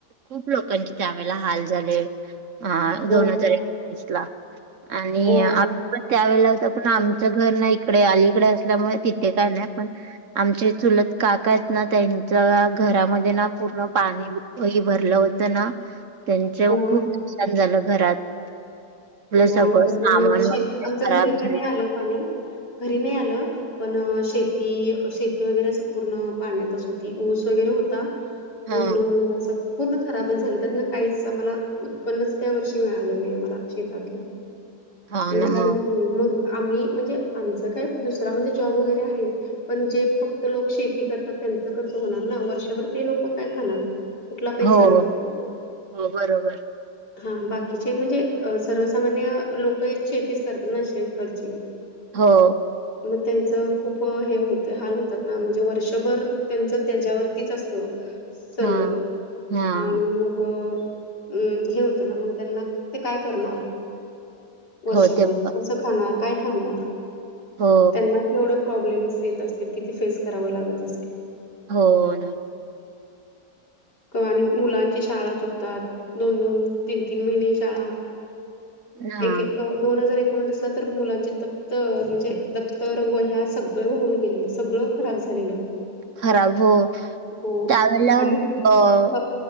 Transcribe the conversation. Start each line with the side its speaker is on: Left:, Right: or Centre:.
Right: खूप लोकांचे त्यावेेळेला हाल झाले. हा
Left: हो,
Right: दोन हजार एकवीस ला, आणि
Left: हो,
Right: आ पण त्यावेेळेला होत पण आमचं घर नाही इकडे अलीकडे असल्यामुळे तिथे काय नाही पण आमचे चुलत काका आहेत ना त्यांच्या घरामध्ये ना पूर्ण पाणी वही भरलं होत ना त्यांच्या
Left: हो.
Right: खूप नुकसान झालं घरात. आपलं
Left: हो
Right: सगळं
Left: आमच
Right: सामान
Left: पण शेत
Right: वगैरे
Left: आमच घरी
Right: खराब
Left: काही
Right: झालं
Left: नाही आलं पाणी घरी नाही आलं. पण शेती शेती वगैरे सं पूर्ण पाण्यातच होती ऊस वगैरे होता‌. पूर्ण
Right: हा
Left: म्हणजें पूर्ण खराबच झालं त्यातन काहीच मला उत्पन्नच त्या वर्षी मिळालं नाही मला शेतातलं
Right: हा
Left: म्हणजे
Right: ना
Left: काही
Right: मग
Left: हो मग आम्ही म्हणजे आमचं काय दुसरा म्हणजे जॉब वगैरे आहे. पण जे फक्त लोक शेती करतात, त्यांचं कसं होणार ना वर्षभर ते लोक काय खाणार. कुठला पैसा
Right: हो
Left: आणणार
Right: हो
Left: ते?
Right: बरोबर!
Left: हा बाकीचे म्हणजे सर्वसामान्य लोक एक शेतीच करतात ना अे इकडची‌.
Right: हो.
Left: मग त्यांच खूप हे होत हाल होतात ना म्हणजे वर्षभर त्यांच त्याच्यावरतीच असत. हो सर्व
Right: हा हा
Left: आणि मग अम् हे होतं ना मग त्यांना ते काय करणार. वर्षभर
Right: हो ते पण.
Left: कसं खाणार काय खाणार
Right: हो
Left: त्यांना एवढे प्रॉब्लेम्स येत असतील किती फेस करावं लागत असेल.
Right: हो ना.
Left: आणि मुलांची शाळा चुकतात दोन दोन तीन तीन महिने शाळा
Right: हा
Left: एक एक दोन हजार एकोणीसला तर मुलांचे दप्त म्हणजे दप्तरव ह्या सगळं होऊन गेलेलं सगळं खराब झालेलं.
Right: खराब हो
Left: हो
Right: त्यावेेळेला
Left: आणि
Right: अ
Left: क